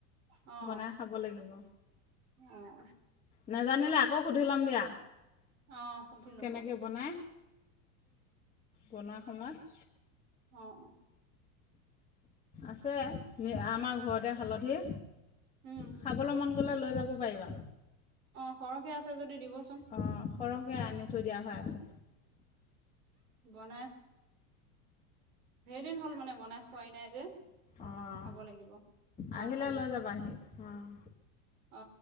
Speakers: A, on the right (about 85°); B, on the left (about 15°).
A: অ',
B: বনাই খাব লাগিব।
A: অ'
B: নেজানিলে আকৌ সুধি ল'ম দিয়া
A: অ' সুধি লবো
B: কেনেকৈ বনায় বনোৱা সময়ত
A: অ',
B: আছে আমাৰ ঘৰতে হালধি
A: উম,
B: খাবলৈ মন গ'লে লৈ যাব পাৰিবা
A: অ' সৰহকে আছে যদি দিব
B: অঁ সৰহকৈ আনি থৈ দিয়া হৈ আছে
A: বনায় সেইদিন হ'ল মানে বনাই খোৱাই নাই যে
B: অঁ
A: খাব লাগিব মাছ
B: আহিলে
A: আনি
B: লৈ যাবাহি অঁ
A: অ'